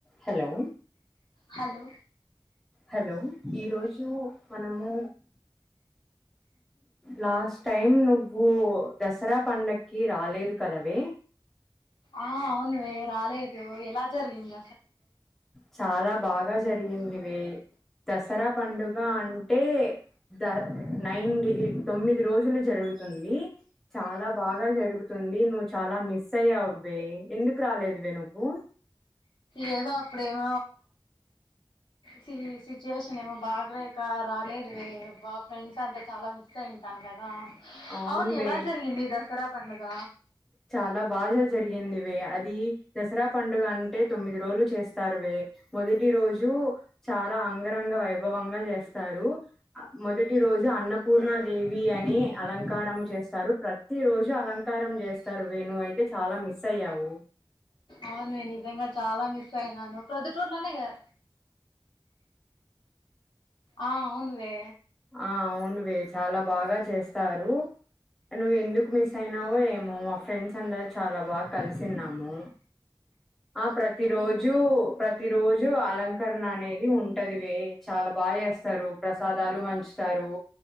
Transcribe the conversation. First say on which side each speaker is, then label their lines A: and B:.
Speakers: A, in the centre; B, on the left.
A: Hello
B: hello
A: hello ఈరోోజు మనము last time నువ్వు దసరా పండక్కి రాలేదు కదావే
B: ఆ అవునువే రాలేదు ఎలా జరిగింద
A: చాలా బాగా జరిగింది వే దసరా పండుగ అంటే ద నైన్ డే తొమ్మిది రోజులు జరుగుతుంది చాలా బాగా జరుగుతుం ంది నువ్వు చాలా మిస్ అయ్యావ్ వే ఎందుకు రాలేదువే నువ్వు
B: ఏదో అప్పుడమ సి సిచ్యుయేషన్ ఏమో బాగలేక రాలేదు వే బా ఫ్రెండ్స్ అంతా చాలా మిస్ అయి్ టన్ కదా
A: అవునువే
B: అవును ఎలా జరిగింది దసరా పండగ
A: చాలా బాగా జరిగిందివే అది దసరా పండుగ అంటే తొమ్మిది రోజులు చేస్తారువే మొదటి రోజు చాలా అంగరంగ వైభవంగా చేస్తారు మొదటి రోజు రోజు అన్నపూర్ణ దేవి అని అలంకారం చేస్తారు ప్రతి రోజు అలంకారం చే స్తారు వేణ అయితే చాలా మిస్ అయ్యావు
B: ఆ నేను నిజంగా చాలా మిస్ అయినాను ప్రొదుటూర్లోనే కదా ఆ అవునువే
A: ఆ అవునువి చాలా బాగా చేస్తారు నువ్వు ఎందుకు మిస్ అయినావో ఏమో మా ఫ్రెండ్స్ అందరు చాలా బాగా కలిసిన్నాము ఆ ప్రతి రోజు ప్రతి ప్రతి రోజు అలంకరణ అనేది ఉంటదివే చాలా బాగా చేస్తారు ప్రసాదాలు మంచి వుతారు